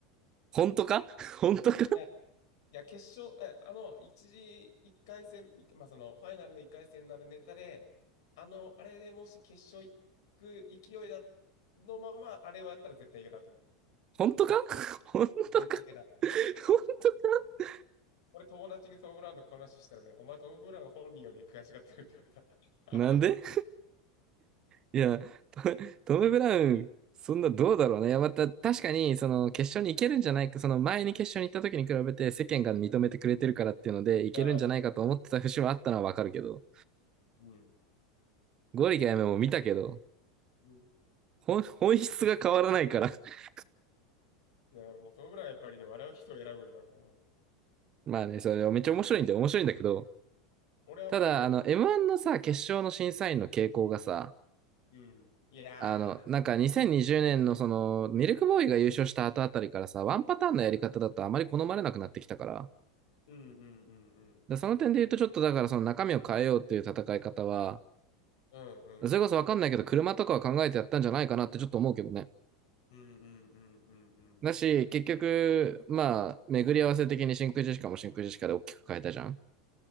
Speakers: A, on the right (about 35°); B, on the left (about 75°).
A: 本当か <laughs> 本当か
B: いや、いや、決勝、えあの、一時、一回戦、いまあ、その、ファイナルの一回戦のあのネタで、あの、あれでもし決勝行く勢いだ、のまま、あれをやったら絶対いけたと思う。
A: 本当か <laughs> 本当か
B: 絶対いけた。
A: <laughs> 本当か
B: 俺友達にトム・ブラウンのこの話したらね、お前トム・ブラウン本人より悔しがってるって言われ
A: なんで
B: た。<laughs>
A: いや、トトム・ブラウン、そんなどうだろうね。いや、また確かに、その決勝に行けるんじゃないか、その前に決勝に行った時に比べて世間が認めてくれてるからっていうので、行けるんじゃないかと思ってた節はあったのはわかるけど、
B: いやー、そう。うん。
A: ゴリかやめも見たけど、
B: うん
A: 本、本質が変わらないから。<laughs>
B: いや、もうトム・ブラウンはやっぱりね、笑う人を選ぶからね。
A: まあね、それめっちゃ面白いんだよ。面白いんだけど、
B: 俺はもうね、
A: ただ、あの、
B: も
A: M1 のさ、決勝の審査員の傾向がさ、
B: う、うん。いやー、
A: あの、なんか2020年のその、
B: そ
A: ミルクボーイが優勝した後あたりからさ、ワンパターンのやり方だとあまり好まれなくなってきたから。
B: う。うんうんうんうん。
A: で、その点で言うとちょっとだからその中身を変えようっていう戦い方は、
B: うんうんうん。
A: それこそわかんないけど、車とかは考えてやったんじゃないかなってちょっと思うけどね。
B: うんうんうんうんうん。
A: だし、結局、まあ、巡り合わせ的に真空ジェシカも真空ジェシカで大きく変えたじゃん。